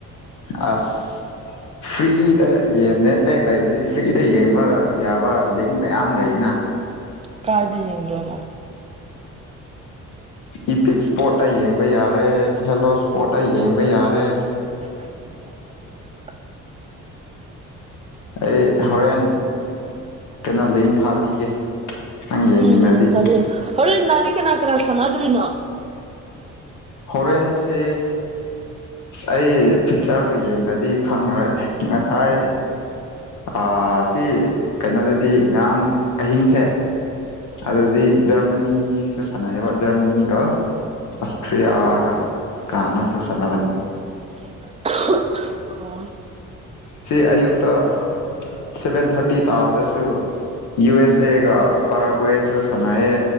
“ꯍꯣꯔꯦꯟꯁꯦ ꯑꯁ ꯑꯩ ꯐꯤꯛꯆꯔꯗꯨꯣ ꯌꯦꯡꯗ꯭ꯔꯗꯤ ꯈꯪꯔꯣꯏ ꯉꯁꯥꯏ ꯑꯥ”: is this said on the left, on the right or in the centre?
Left